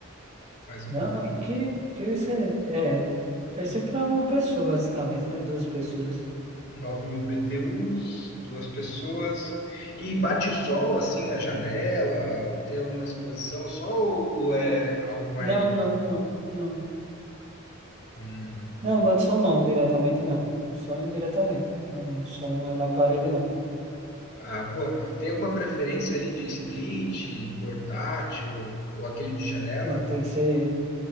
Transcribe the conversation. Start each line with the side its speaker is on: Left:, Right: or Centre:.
Left: Mais ou
Right: Não, aqui, aqui vai ser, é, vai ser para uma pessoa basicamente, né, duas pessoas.
Left: 9 mil BTUs, duas pessoas. E bate sol assim na janela? Tem alguma exposição ao sol ou, ou é algo mais
Right: Não, não, não, não.
Left: hum,
Right: Não, bate sol não, diretamente não, só indiretamente, não, só não é na parede não.
Left: água? Tem alguma preferência ali de split, portátil ou aquele de janela?
Right: Não, tem que ser